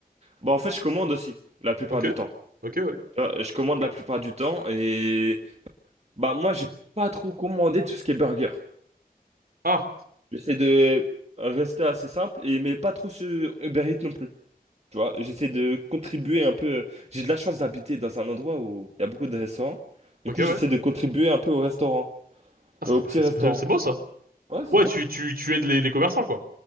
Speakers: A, on the right; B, on the right.
A: bah, en fait, je commande aussi, la plupart
B: Ok.
A: du temps.
B: Ok, ouais.
A: Tu vois, Je commande la plupart du temps et, bah, moi, j'ai pas trop commandé tout ce qui est burger.
B: Ah,
A: J'essaie de rester assez simple et, mais pas trop sur Uber Eats non plus. Tu vois, j'essaie de contribuer un peu. euh, J'ai de la chance d'habiter dans un endroit où il y a beaucoup de restaurants. Du
B: ok,
A: coup,
B: ouais.
A: j'essaie de contribuer un peu au restaurant,
B: Ah, ça-
A: euh, au petit
B: c'est
A: restaurant.
B: c'est- c'est beau, ça.
A: Ouais,
B: Ouais,
A: c'est ça?
B: tu, tu, tu aides les, les commerçants, quoi.